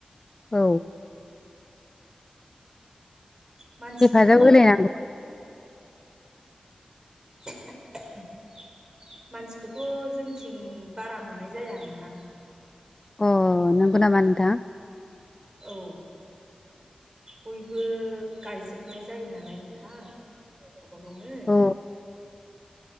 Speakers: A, on the left; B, on the right.
A: औ।
B: मानसिखौथ'
A: हेफाजाब होलायनांगौ
B: <unintelligible> मानसिखौथ' जोंथिं बारा मोननाय जाया नोंथां।
A: अ नोंगौ नामा नोंथां?
B: औ बयबो गायजोबनाय जायो नालाय नोंथां गावबा गावनो
A: औ।